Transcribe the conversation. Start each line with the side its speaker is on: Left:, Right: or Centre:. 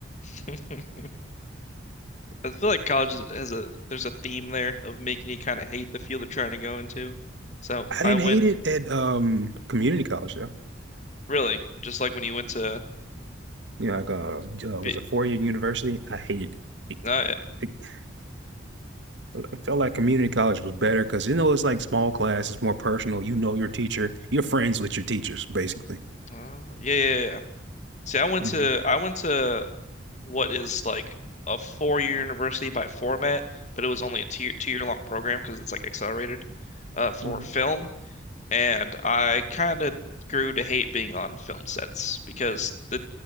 Left: <laughs> I feel like college has a there's a theme there of making you kind of hate the field you're trying to go into. So
Right: I
Left: I
Right: didn't
Left: went
Right: hate it at um community college.
Left: really just like when you went to
Right: you know, like uh, uh
Left: be
Right: was a four year university. I hated it.
Left: uh,
Right: It- it- I felt like community college was better because you know it's like small class, it's more personal. You know your teacher, you're friends with your teachers, basically.
Left: oh, yeah, yeah yeah. See, I went
Right: hmm
Left: to I went to what is like a four-year university by format, but it was only a two two-year long program because it's like accelerated uh, for
Right: Mm-hmm.
Left: film. and I kind of grew to hate being on film sets because the